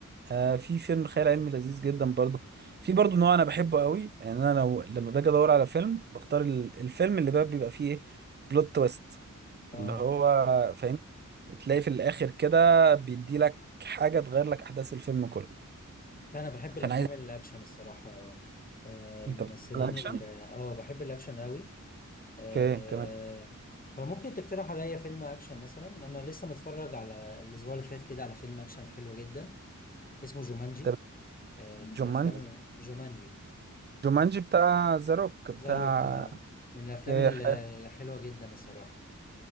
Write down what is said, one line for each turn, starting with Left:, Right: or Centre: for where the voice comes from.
Right: آه في فيلم خيال علمي لذيذ جدا برضو في برضو نوع انا بحبه قوي يعني انا لو لما باجي ادور على فيلم بختار ال- الفيلم اللي بقى بيبقى فيه ايه بلوت تويست
Left: اه
Right: اللي هو فاهم تلاقي في الاخر كده بيدي لك حاجه تغير لك احداث الفيلم كله
Left: لا انا بحب الافلام
Right: فانا عايز
Left: الاكشن الصراحه آه، الممثلين
Right: انت بتحب الاكشن
Left: ال- اه بحب الاكشن قوي آه،
Right: اوكي تمام
Left: فممكن تقترح عليا فيلم اكشن مثلا انا لسه متفرج على الاسبوع اللي فات كده على فيلم اكشن حلو جدا اسمه جومانجي
Right: طب
Left: آه، من
Right: جومانجي
Left: الافلام جومانجي
Right: جومانجي بتاع ذا روك بتاع
Left: ذا روك آه، من الافلام
Right: اوكي
Left: ال-
Right: حلو.
Left: الحلوه جدا الصراحه